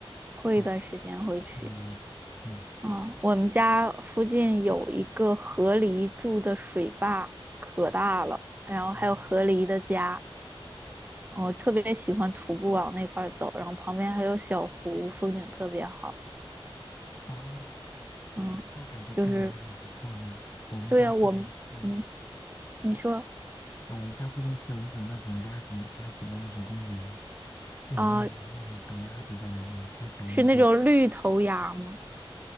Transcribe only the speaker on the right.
过一段时间会去。
啊、我们家附近有一个河狸住的水坝，可大了，然后还有河狸的家。
我特别喜欢徒步往那块儿走，然后旁边还有小湖，风景特别好。
嗯，
就是
对啊，我们嗯，
你说
啊，
是那种绿头鸭吗？